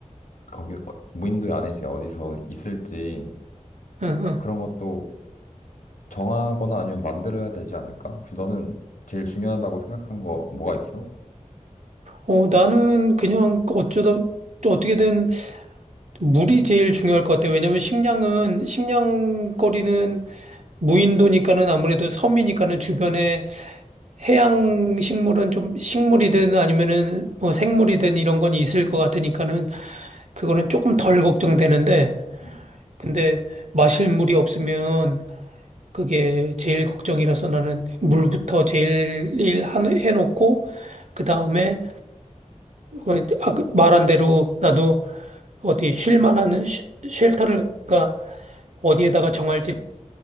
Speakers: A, on the left; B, on the right.
A: 거기 어, 무인도에 안에 이제 어디서 있을지
B: 응, 응,
A: 그런 것도 정하거나 아니면 만들어야 되지 않을까? 혹시 너는 제일 중요하다고 생각한 거 뭐가 있어?
B: 어, 나는 그냥 어쩌다 또 어떻게든 물이 제일 중요할 것 같아. 왜냐면 식량은, 식량거리는 무인도니까는 아무래도 섬이니까는 주변에 해양 식물은 좀 식물이든 아니면은 뭐 생물이든 이런 건 있을 것 같으니까는 그거는 조금 덜 걱정되는데
A: 음.
B: 근데 마실 물이 없으면 그게 제일 걱정이라서 나는 물부터 제일 일 하- 해놓고 그다음에 어, 아, 그 말한 대로 나도 어디 쉴 만한 쉬- 쉘터를 가 어디에다가 정할지